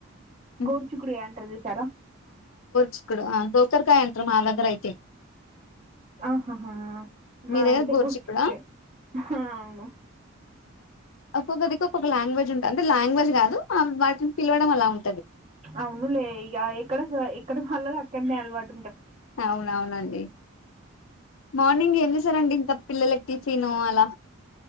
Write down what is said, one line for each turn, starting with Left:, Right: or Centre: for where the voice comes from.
Left: మ్మ్.
Right: గోరు చుక్కిడుగాయ్ అంటార్ చూసారా
Left: చిక్కుడు ఆహ్ గొక్కరకాయ అంటరు మాదగ్గర అయితే
Right: ఆహాహా
Left: మీ
Right: మాదైతే
Left: దగ్గర గోరుచిక్కుడా
Right: గోర్ చిక్కుడే ఆహ్ అవును
Left: ఒక్కొక్క దిక్కు ఒక్కొక్క లాంగ్వేజ్ ఉంటాంది లాంగ్వజ్ గాదు ఆహ్ వాటిని పిలవడం అలా ఉ.
Right: అవులే ఇగ ఇక్కడ స ఇక్కడ హలో అక్కడనేల్బడ్
Left: అవును అవునండి మార్నింగ్ ఏమి చేసారండి ఇంకా పిల్లలకు టిఫిను అలా